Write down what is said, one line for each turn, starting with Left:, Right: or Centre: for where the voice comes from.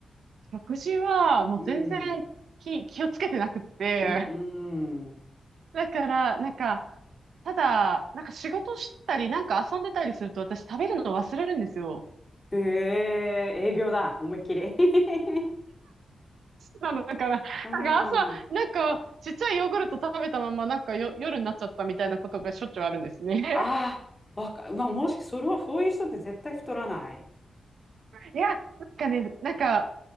Right: 食事はもう全然
Left: うん
Right: 気、気をつけてなくって。
Left: うん。うんうん。
Right: だから、なんか、ただ、なんか仕事したり、なんか遊んでたりすると私食べるの忘れるんですよ。
Left: へえ、営業だ、思いっきり。<laughs>
Right: なのかな。
Left: うん。
Right: なんか朝、
Left: あ
Right: なんかちっちゃいヨーグルト食べたまま、なんかよ、夜になっちゃったみたいなことがしょっちゅうあるんですね。<laughs>
Left: あ、わか、まあ、もし、それは、そういう人って絶対太らない。
Right: いや、なんかね、なんか、